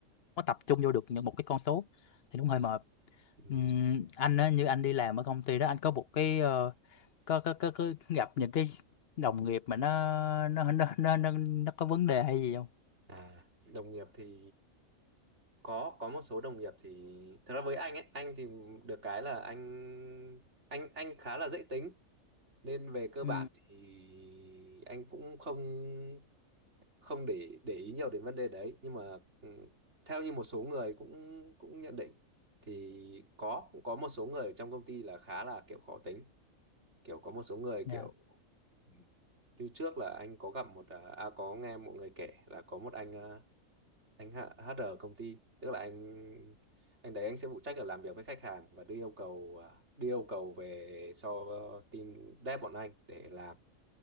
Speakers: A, on the left (about 50°); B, on the right (about 55°).
A: có tập trung vô được những một cái con số thì đúng hơi mệt
B: ừ
A: Ừm, anh á như anh đi làm ở công ty đó anh có một cái ờ, có, có, có, có gặp những cái đồng nghiệp mà nó nó nó nó nó, nó có vấn đề hay gì không
B: à đồng nghiệp thì có có một số đồng nghiệp thì thật ra với anh ấy anh thì được cái là anh anh anh khá là dễ tính nên về cơ
A: ừ
B: bản thì anh cũng không không để để ý nhiều đến vấn đề đấy nhưng mà ừ, theo như một số người cũng cũng nhận định thì có cũng có một số người ở trong công ty là khá là kiểu khó tính kiểu có một số người
A: dạ
B: kiểu ừ, như trước là anh có gặp một à à, có nghe một người kể là có một anh à, anh H- HR công ty tức là anh anh đấy anh sẽ phụ trách là làm việc với khách hàng và đưa yêu cầu à, đưa yêu cầu về cho team dev bọn anh để làm